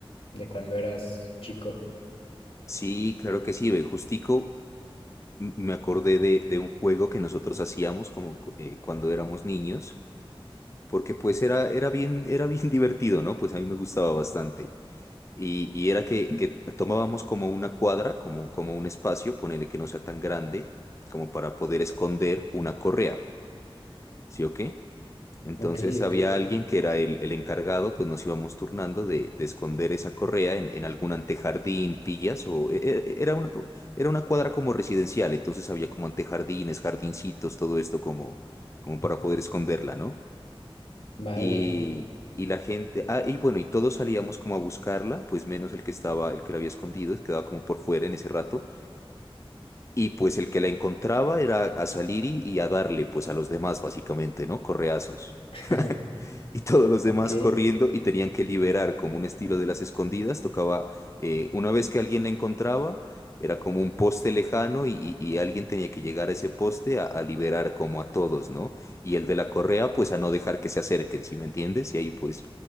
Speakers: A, on the left (about 70°); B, on the left (about 30°).
A: de cuando eras chico?
B: Sí, claro que sí, ve, justico m- me acordé de, de un juego que nosotros hacíamos como cu- eh, cuando éramos niños, porque pues era, era bien, era bien <laughs> divertido, ¿no? Pues a mí me gustaba bastante. Y, y era que, que tomábamos como una cuadra, como, como un espacio, ponele que no sea tan grande, como para poder esconder una correa, ¿sí o qué? Entonces
A: Ok,
B: había
A: ok,
B: alguien que era el, el encargado, pues nos íbamos turnando de, de esconder esa correa en, en algún antejardín, pillas, o e- e- era una, era una cuadra como residencial, entonces había como antejardines, jardincitos, todo esto como, como para poder esconderla, ¿no?
A: vale,
B: Y, y la gente, ah, y bueno, y todos salíamos como a buscarla, pues menos el que estaba, el que la había escondido, quedaba como por fuera en ese rato. Y pues el que la encontraba era a salir y, y a darle pues a los demás básicamente, ¿no? Correazos.
A: <laughs>
B: <laughs> Y todos los demás
A: ok.
B: corriendo y tenían que liberar como un estilo de las escondidas. Tocaba, eh, una vez que alguien la encontraba, era como un poste lejano y, y- y alguien tenía que llegar a ese poste a, a liberar como a todos, ¿no? Y el de la correa pues a no dejar que se acerquen, ¿sí me entiendes? Y ahí pues,